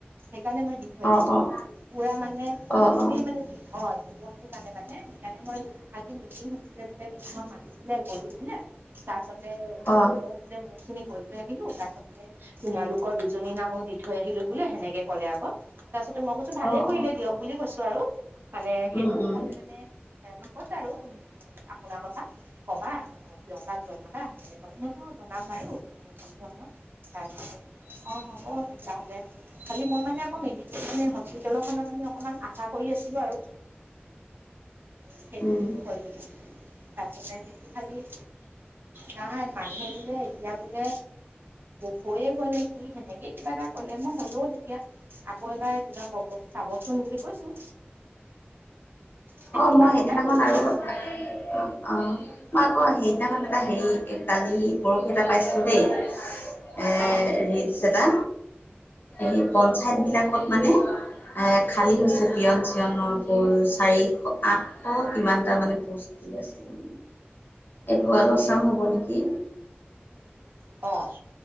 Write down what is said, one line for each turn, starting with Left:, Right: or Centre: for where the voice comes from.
Right: সেইকাৰণে মই দি থৈ
Left: অ'
Right: আহিলো বোলে
Left: অ'
Right: পুৰা মানে
Left: অ' অ'
Right: গোটেই মানে জী অ', জীৱনটো কাৰণে মানে সেইকাৰণে মই আজি মিটিং হৈছিলে বোলে, মিটিঙত মাতিছিলে গ'লো বোলে, তাৰ পাছত <unintelligible>
Left: অ' অ'
Right: ময়ো বোলে মো খিনি কৈ থৈ আহিলোঁ, তাৰপাছতে তোমালোকৰ দুজনীৰ নামো দি থৈ আহিলোঁ বোলে, সেনেকে ক'লে আকৌ। তাৰপাছতে মই কৈছোঁ, ভালে
Left: অ'
Right: কৰিলে দিয়ক বুলি কৈছোঁ আৰু মানে সেইটোত
Left: উম উম
Right: খালী মানে এ কৈছে আৰু আপোনাৰ কথা, ক'বা প্ৰিয়ংকাক জনাবা সেনেকে। ক'লে মইছো অ' জনাম বাৰু ধুনীয়াকৈ ক'লো আহ মই তাৰপিছতে অ' হ'ব তেতিয়াহ'লে খালি মই মানে আকৌ মেডিকেলহে হ'ব। মেডিকেল খনৰ মানে অকমান আশা কৰি আছিলোঁ আৰু সেইটো
Left: উম
Right: হয় বোলে। তাৰপাছতে সেই খালি এ নাই মানুহে বোলে এতিয়া বোলে হৈয়ে গ'লে নেকি কি সেনেকেই কিবা এটা ক'লে, মই হ'লেও তেতিয়া আকৌ এবাৰ কিবা ক'ব চাবচোন বুলি কৈছোঁ। সেইটো
Left: অ' মই
Right: আগৰ
Left: হেইদিনাখন
Right: পৰাই কৈ থোৱা
Left: আৰু
Right: আছিলে
Left: অ'
Right: ন
Left: অ' মই আকৌ হেইদিনাখন এটা হেৰি কালি বৰশী এটা পাইছিলো দেই, এ
Right: অ'
Left: ৰিলছ এটা। এই পঞ্চায়ত বিলাকত মানে এ খালী হৈছে পিয়ন চিয়নৰ প'চাৰি আঠশ কিমানটা মানে পষ্টি আছিলে। এইটো আলু চাম হ'ব নেকি?
Right: অ',